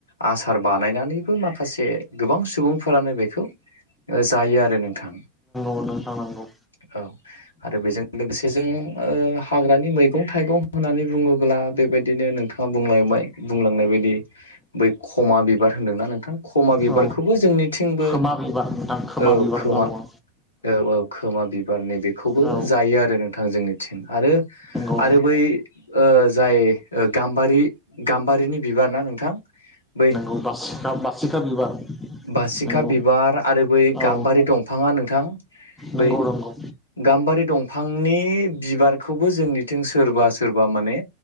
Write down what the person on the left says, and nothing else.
आसार बानायनानैबो मा माखासे गोबां सुबुंफोरानो बेखौ जायो आरो नोंथां।
औ आरो बेजों लोगोसे जों ओ हाग्रानि मैगं थाइगं होननानै बुङोब्ला बेबायदिनो नों थाङा बुंलांबाय बुंलांनाय बायदि बै खमा बिबार होनदोंना नोंथां। खमा बिबारखौबो
जोंनि थिंबो
औ
खोमा
औ औ खोमा बिबारनि बेखौ खौबो
जायो आरो नोंथां जोंनि थिं आरो
आरो बै ओ जाय गाम्बारि गाम्बारिनि बिबार ना नोंथां बै
बासिखा
बिबार आरो बै
गाम्बारि दंफाङा नोंथां
बै
गाम्बारि दंफांनि बिबारखौबो जोंनिथिं सोरबा सोरबा माने